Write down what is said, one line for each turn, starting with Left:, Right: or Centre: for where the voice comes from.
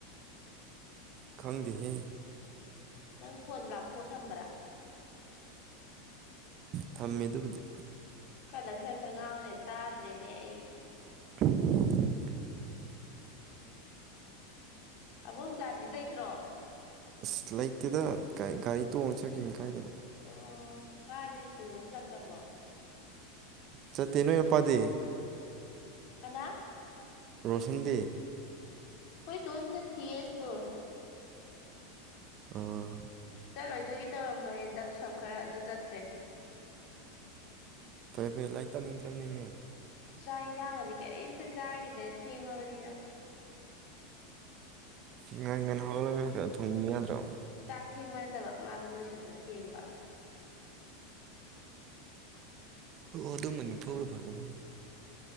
Right: ꯈꯪꯗ ꯍꯦ
Left: ꯅꯪ ꯐꯣꯟ ꯂꯥꯞꯊꯣꯛꯑ ꯊꯝꯕ꯭ꯔꯥ
Right: ꯊꯝꯃꯦ ꯑꯗꯨꯕꯨꯗꯤ
Left: ꯀꯟꯗꯛ ꯁ ꯁꯟ ꯉꯥꯡꯅꯦ ꯇꯥꯗ꯭ꯔꯦꯅꯦ ꯑꯩ
Right: <unintelligible>
Left: ꯑꯕꯣꯝꯆꯥꯗꯤ ꯂꯩꯇ꯭ꯔꯣ
Right: ꯑꯁ ꯂꯩꯇꯦꯗ ꯒꯥꯔꯤ ꯇꯣꯡꯉ ꯆꯈꯤꯕ ꯀꯥꯏꯗꯅ
Left: ꯑꯣ ꯋꯥꯗꯤ ꯁ꯭ꯀꯨꯜꯗꯝ ꯆꯠꯇ꯭ꯔꯕꯣ
Right: ꯆ ꯊꯦꯡꯅꯣ ꯌꯦꯄꯥꯗꯤ
Left: ꯀꯅꯥ
Right: ꯔꯣꯁꯟꯗꯤ
Left: ꯍꯣꯏ ꯇꯨꯣꯟ ꯆꯦꯠ ꯀꯦ ꯏꯁꯀꯨ
Right: ꯑꯣ
Left: ꯆꯠꯂꯣꯏꯗꯣꯏꯒꯤ ꯇꯧꯔꯝꯕꯅꯦ ꯗꯞ ꯁꯛ ꯈꯔ ꯑꯗꯨ ꯆꯠꯈ꯭ꯔꯦ
Right: ꯐꯔꯩꯦ ꯐꯔꯩꯦ ꯂꯥꯏꯔꯤꯛ ꯇꯥꯅꯤꯡꯗ꯭ꯔꯕꯅꯦꯃꯦꯦꯝ
Left: ꯆꯥꯛ ꯌꯦꯟꯁꯥꯡ ꯑꯗꯨꯗꯤ ꯀꯔꯤꯝꯇ ꯆꯥꯈꯤꯗ꯭ꯔꯦ ꯊꯦꯡꯉꯕꯅꯤꯅ
Right: ꯉꯟ ꯉꯟ ꯍꯧꯒꯠꯂꯒ ꯈ ꯊꯣꯡꯕꯤ ꯌꯥꯗ꯭ꯔꯣ
Left: ꯆꯥꯛ ꯊꯦꯡꯕ ꯅꯠꯇꯕ ꯃꯥꯗ ꯂꯣꯏꯁꯤꯟꯕ ꯊꯦꯡꯕ
Right: ꯑꯣ ꯑꯗꯨꯝꯕꯅꯤ ꯐꯧꯔ ꯐꯒꯗ